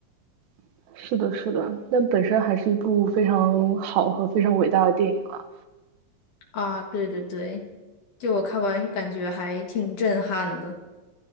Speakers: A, on the right (about 75°); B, on the left (about 60°).
A: <laughs> 是的，是的，但本身还是一部非常好和非常伟大的电影啊。
B: 啊，对对对，就我看完感觉还挺震撼的，